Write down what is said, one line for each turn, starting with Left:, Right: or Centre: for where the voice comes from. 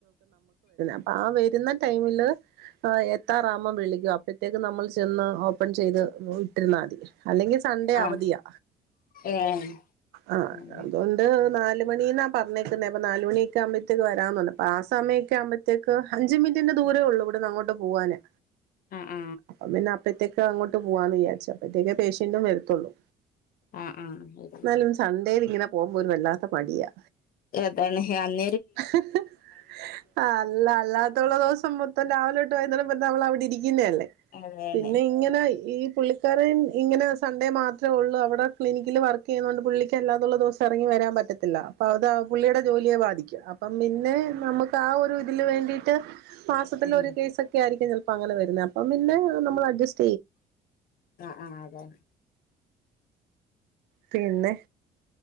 Right: അപ്പൊ ആ വരുന്ന ടൈമില് എത്താറാവുമ്പം വിളിക്കും അപ്പോഴത്തേക്ക് നമ്മൾ ചെന്ന് ഓപ്പൺ ചെയ്ത് ഇട്ടിരുന്നാൽ അല്ലെങ്കിൽ സൺഡേ
Left: ആഹ്
Right: അവധിയാ.
Left: ഏഹ്
Right: ആഹ
Left: ആഹ്
Right: അതുകൊണ്ട് നാലുമണീന്നാ പറഞ്ഞേക്കുന്നേ അപ്പൊ നാലുമണിയെക്കാവുബേ.. തേക്ക് വെരാപറഞ് ആസമയൊക്കെ ആകുമ്പോത്തേക്ക് അഞ്ച് മിനിറ്റിന്റെ ദൂരേ ഉള്ളൂ ഇവിടന്ന് അങ്ങോട്ട് പോകവാാന്
Left: ആഹ്
Right: അപ്പം പിന്നെ അപ്പഴത്തേക്ക അങ്ങോട്ട് പോവാന്ന് വിചാരിച്ച അപ്പത്തേക്ക പേഷ്യന്റും വരത്തുള്ളൂ
Left: ആഹ് ആഹ്
Right: എന്നാലും സൺഡേ ഇങ്ങനെ പോകുമ്പോ ഒരു വല്ലാത്ത മടിയാ
Left: ഏതാണ് ഹാന്
Right: ഹ്.. ഹ് ആ അല്ല അല്ലാത്തുള്ള ദിവസം മൊത്തം രാവിലെട്ട് തെട്ടാ അവിടെ ഇരിക്കുന്ന അല്ലേ
Left: അതാണ്
Right: പിന്നെ ഇങ്ങനെ ഈ പുള്ളി ക്കറും ഇങ്ങനെ സൺഡേ മാത്രേ ഉള്ളൂ അവിടെ ക്ലിനിക്കിൽ വർക്ക് ചെയ്യുന്നുകൊണ്ട് പുള്ളിക്ക് അല്ലാതത്തുള്ള ദിവസം ഇറങ്ങി വരാൻ പറ്റില്ല പറ്റില്ല അപ്പൊ അത് പുള്ളിയുടെ ജോലിയെ ബാധിക്കുന്ന അപ്പം പിന്നെ നമുക്ക് ആ ഒരു തില് വേണ്ടിട്ട് മാസത്തിലെരു
Left: ഉം
Right: കേസൊക്കെ ആയിരിക്കും ചെലപ്പങ്ങനെ വരന്നെ അപ്പ പിന്നെ നമ്മൾ അഡ്ജറ്റ്സ്റ്റ്
Left: ആഹ ആഹ അതെ
Right: പിന്നെ